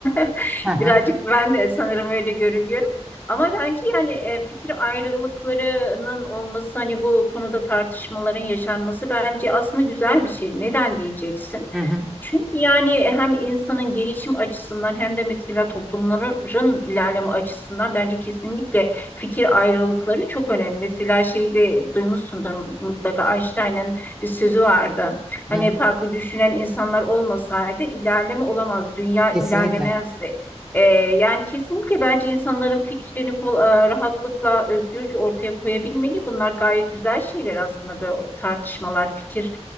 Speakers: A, on the left; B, in the centre.
A: <laughs>
B: <laughs> Hı hı.
A: birazcık ben de sanırım öyle görülüyorum. Ama bence yani e, fikir ayrılıklarının olması hani bu konuda tartışmaların yaşanması bence aslında güzel bir şey. Neden diyeceksin?
B: Hı hı.
A: Çünkü yani hem insanın gelişim açısından hem de mesela toplumların ilerleme açısından bence kesinlikle fikir ayrılıkları çok önemli. Mesela şeyde duymuşsundur mutlaka Einstein'ın bir sözü vardı. Hani
B: Hı hı.
A: farklı düşünen insanlar olmasaydı ilerleme olamazdı, dünya
B: Kesinlikle.
A: ilerlemezdi. Ee, yani kesinlikle bence insanların fikrini kol- e, rahatlıkla, özgürce ortaya koyabilmeli. Bunlar gayet güzel şeyler aslında böyle tartışmalar, fikir